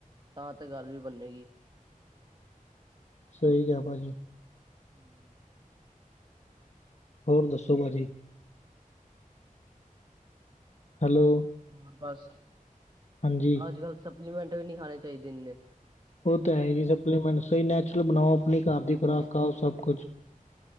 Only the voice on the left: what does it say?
ਸਈ ਕਿਐ ਪਾਜੀ।
ਹੋਰ ਦੱਸੋ ਭਾਅਜੀੀ। ਹੈਲੋ?
ਹਾਂਜੀ
ਉਹ ਤਾਂ ਹੈ ਜੀ ਸਪਲੀਮੈਂਟ ਸਹੀ ਨੈਚੁਰਲ ਬਣਾਓ ਆਪਣੀ ਘਰ
ਦੀ ਖੁਰਾਕ
ਖਾਓ
ਸਭ ਕੁਛ।